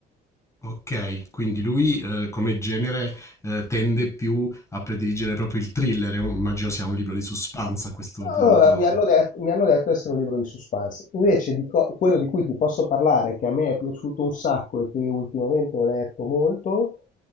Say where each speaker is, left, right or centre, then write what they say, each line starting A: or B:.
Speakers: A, on the left; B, on the left.
A: Ok, quindi lui eh, come genere eh, tende più a prediligere proprio il thriller, immagino sia un libro di suspense a questo punto.
B: Allora, mi hanno detto, mi hanno detto di essere un libro di suspense. Invece di co- quello di cui ti posso parlare, che a me è piaciuto un sacco e che ultimamente ho letto molto,